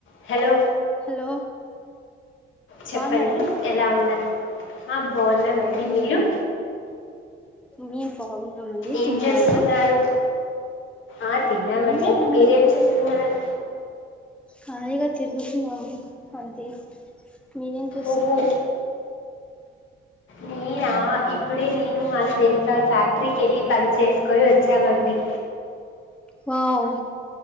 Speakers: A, on the left (about 75°); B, in the centre.
A: Hello
B: hello
A: చెప్పండి
B: బాగున్నారండి
A: ఎలా ఉన్నారు ఆ బాగున్నామండి
B: బాగున్నామ
A: మీరు
B: మేము బాగున్నామండి
A: ఏం
B: తిన్నారా
A: చేస్తున్నారు ఆ తిన్నామండి
B: ఏం లేదండి
A: మీరేం చేస్తున్నారు
B: కాలిగా తిరుగుతున్నాను అంతే మీరేం చేస్తున్నారు
A: ఓహో నేనా ఇపు ఇప్పుడే నేను మా స్నేహితురలు తో ఫ్యాక్టరీకి వెళ్ళ పని చేసు కొని వచ్చాం అండి
B: వావ్